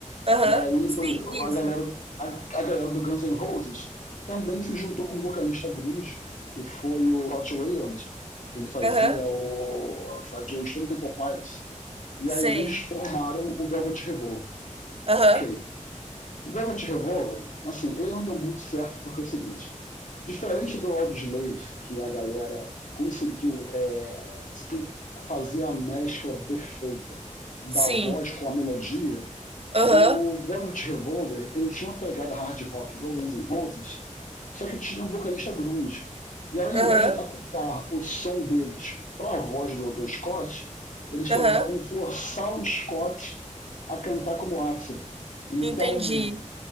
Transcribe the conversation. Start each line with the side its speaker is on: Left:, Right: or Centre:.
Right: aham.
Left: E aí,
Right: Sim,
Left: por exemplo,
Right: isso.
Left: a galera, a, a galera do Guns N' Roses também se juntou com o vocalista grunge, que foi o Scott Wayland, que ele fazia
Right: Aham,
Left: o fazia o Stone Temple Pilots. E
Right: sei.
Left: aí eles formaram o Velvet Revolver.
Right: Aham,
Left: Ok. O Velvet Revolver, assim, ele não deu muito certo porque é o seguinte, diferente do Audioslave, que a galera conseguiu é, fazer a mescla perfeita da
Right: sim.
Left: voz com a melodia,
Right: Aham,
Left: o Velvet Revolver, ele tinha uma pegada hard rock igual Guns N' Roses, só que tinha um vocalista grunge. E ao invés
Right: aham,
Left: de adaptar o som deles para a voz do, do Scott, eles
Right: aham.
Left: tentavam forçar o Scott a cantar como Axel. Então,
Right: Entendi.